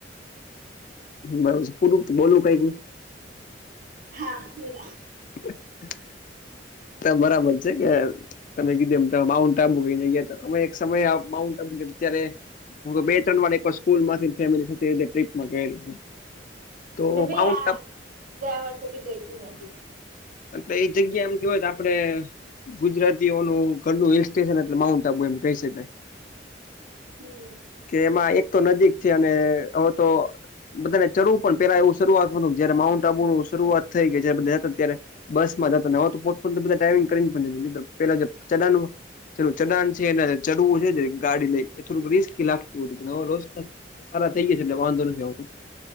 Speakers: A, on the left (about 45°); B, on the right (about 50°).
A: બરાબર છે, પરું તો બોલું <unintelligible>
B: હા, બોલો.
A: <unintelligible> બરાબર છે, કે તમે કીધું એમ, તમે માઉન્ટ આબુ વઇ જઈએ તો, અમે એક સમય આપ માઉન્ટ આબુ અત્યારે, હું બે-ત્રણ વાડ સ્કૂલ માંથી ફેમિલી સાથે ટ્રીપમાં ગયેલો. તો
B: મેં બી
A: માઉન્ટ
B: યાર,
A: આબુ
B: ગયા વર્ષ ગયી તી મેં બી. <unintelligible>
A: અને એ જગ્યા એમ કેવાય તો આપડે. ગુજરાતીઓનું ઘરનું હિલ સ્ટેશન એટલે માઉન્ટ આબુ એમ કહી શકાય.
B: હમ.
A: કે એમાં એક તો નજીક છે અને હવે તો. બધાને ચરું પણ પેલા એવું શરૂઆત હતું જયારે માઉન્ટ આબુ નું શરૂઆત થઈ કે જે બધે અત્યારે, બસ માં જતો ને હોવે તો પોત્ત પોતે બધા ડ્રાઈવીગ કરીને પણ જ પેલા ચલાનું ચડાણ નું ચડાણ છે એના ચડવું છેને ગાડી લઈ એ થોડુંક રિસ્કી લાગતું હતું, પણ રોષ સારા થઈ ગયા છે એટલે વાંધો નથી આવતું.